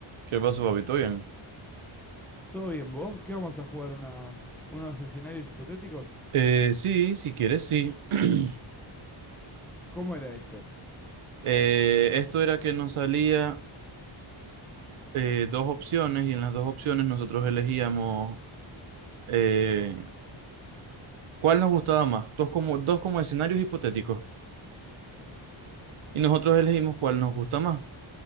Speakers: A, on the right; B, in the centre.
A: ¿Qué pasó, papi? ¿Todo bien?
B: Todo bien, ¿vos? ¿Qué vamos a jugar? Unas, ¿Unos escenarios hipotéticos?
A: Eh, sí, si quieres, sí. <clears throat>
B: ¿Cómo era esto?
A: Eh, esto era que nos salía eh, dos opciones y en las dos opciones nosotros elegíamos eh, cuál nos gustaba más, dos como, dos como escenarios hipotéticos y nosotros elegimos cuál nos gusta más.